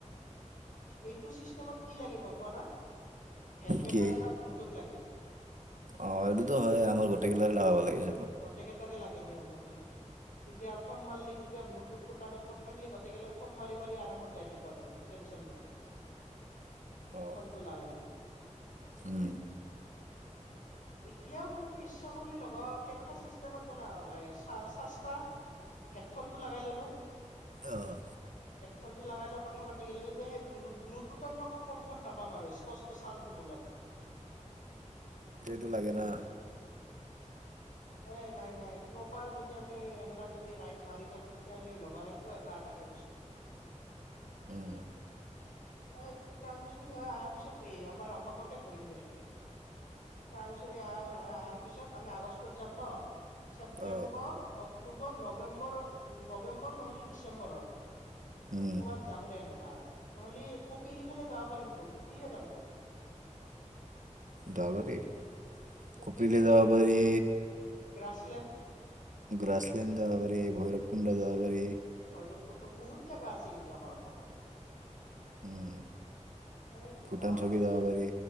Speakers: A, on the left; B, on the right.
A: এইটো চিষ্টেমত কি লাগে গম প না? হেলমেটৰ
B: কি
A: এটা ব্লুটুথ লাগে।
B: অ' এইটোতো হয় আমাৰ গোটেইকিলাকে লগাব লাগিছে।
A: গোটকেইটাৰে লাগে নিয়ম মতে, তেতিয়া ফোন মাৰলি তেতিয়া ব্লুটুথটো কানেক্ট কৰ থাকলি গোটেই গালে ফোন মাৰি মাৰ আমতাই থাকবা পাৰিম টেনচন নাই।
B: অ',
A: ফোনটো লগাই ল'লে।
B: উম,
A: এতিয়াও কিন্তু ইচ্ছা কৰিল লগৰ কেনেক চিষ্টেম জানা? এ চাচ-চাচটা হেডফোনটো লগাই ললো।
B: অ',
A: হেডফোনটো লগাই লগৈ কথা পাতি গলোঁ কিন্তুেই ব্লুট-ব্লুটুথ কম কম্ফৰ্ট নাপাম আৰু স্পষ্ট চাউণ্টো নোলাব।
B: টো লাগে না।
A: এ নাই নাই প্ৰপাৰ যদি আমি এনেকা যদি ৰাইদ মাৰি থাকো তেতিয়াাহলে ল'বা লাগিব এটা এটাকে বস্তু।
B: উম,
A: এই কাংচৰি হৈ অহাৰ পিছত এ আমাৰ অসমতে ঘূৰিম দে। কংচৰি অহা হৈ অহাৰ পিছত আমি আগষ্টত যাম ন। ছেপ্টেম্বৰ
B: অ',
A: অক অক্টোবৰ নৱেম্বৰ নৱেম্বৰ নহ'লে ডিচেম্বৰত।
B: উম,
A: কৰ'ৰবাত যাম দে এনেকা আৰু। হলি কপিলী ফালে যাৱা পাৰিম তো। কপিলীয়ে যাম দে।
B: যাব পাৰি
A: কপিলী
B: কপিলে যাব
A: নহলে
B: পাৰি।
A: গ্ৰাছলেণ্ড।
B: গ্ৰাছলেণ্ড যাবা পাৰি, ভৈৰৱকুণ্ড যাবা পাৰি।
A: ভৈৰৱকুণ্ড- বহুত জাগা আছে কিন্তু আমাৰ অসমতো। সেয়েটো
B: উম, ভূটান
A: যাবা
B: চকী
A: পাল্লি
B: যাব পাৰি।